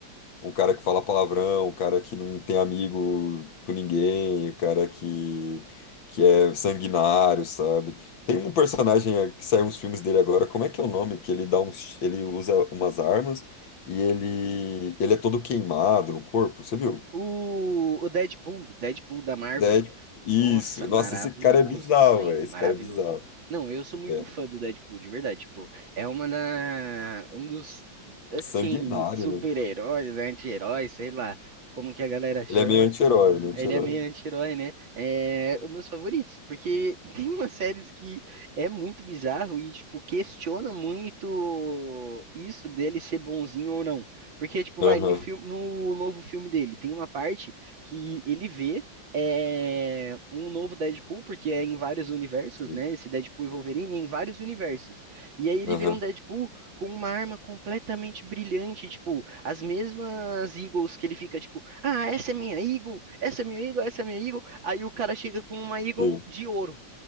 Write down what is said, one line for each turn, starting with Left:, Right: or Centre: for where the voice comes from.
Left: Um cara que fala palavrão, um cara que não tem amigo com ninguém, um cara que. que é sanguinário, sabe? Tem um personagem eh, que saiu uns filmes dele agora, como é que é o nome? Que ele dá uns. Ele usa umas armas e ele. ele é todo queimado no corpo, você viu?
Right: O, o Deadpool, Deadpool da Marvel.
Left: Dead. Isso.
Right: Nossa, maravilhoso
Left: Nossa, esse cara é bizarro,
Right: também,
Left: velho. Esse
Right: maravilhoso.
Left: cara é bizarro.
Right: Não, eu sou muito
Left: É.
Right: fã do Deadpool, de verdade, tipo, é uma da, um dos, assim,
Left: Sanguinário,
Right: super-heróis,
Left: né?
Right: anti-heróis, sei lá, como que a galera chama,
Left: Ele é meio anti-herói, ele é
Right: Ele
Left: anti-herói.
Right: é meio anti-herói, né? É um dos meus favoritos, porque <laughs> tem umas séries que é muito bizarro e, tipo, questiona muito isso dele ser bonzinho ou não. Porque, tipo,
Left: Aham,
Right: vai, no filme, no novo filme dele, tem uma parte que ele vê é, um novo Deadpool, porque é em vários universos,
Left: sim.
Right: né? Esse Deadpool e Wolverine é em vários universos. E aí ele
Left: Aham,
Right: vê um Deadpool com uma arma completamente brilhante, tipo, as mesmas Eagles que ele fica, tipo, ah, essa é minha Eagle, essa é minha Eagle, essa é minha Eagle. Aí o cara chega com uma Eagle
Left: sim.
Right: de ouro.